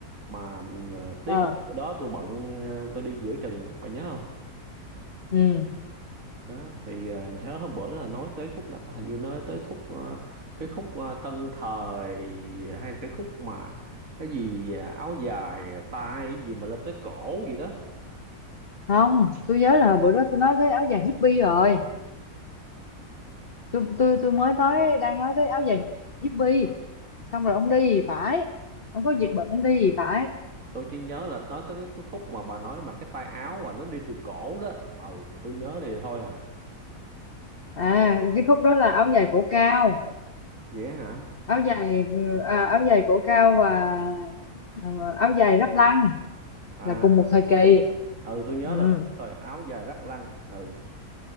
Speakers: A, on the right; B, on the left.
A: mà ờ, tiếc
B: ờ
A: là đó tôi bận ờ, tôi đi giữa chừng bà nhớ không
B: ừ
A: đó thì ờ, nhớ hôm bữa đó là nói tới khúc là hình như nói tới khúc ờ, cái khúc ờ, tân thời hay là cái khúc mà cái gì ờ, áo dài ờ, tay gì mà lên tới cổ gì đó
B: không tôi nhớ là bữa đó tôi nói tới áo dài hippie rồi tôi tôi tôi mới nói đang nói tới áo dài hippie xong rồi ông đi thì phải không có việc bận ông đi thì phải
A: tôi chỉ nhớ là nói tới cái số khúc mà bà nói mà cái tay áo và nó đi từ cổ đó ừ tôi nhớ thì thôi à
B: à cái khúc đó là áo dài cổ cao
A: vậy hả
B: áo dài à, áo dài cổ cao và ờ, áo dài ráp lăng
A: à
B: là cùng một thời kỳ
A: ừ tôi nhớ
B: ừ
A: là rồi áo dài rắc lăng ừ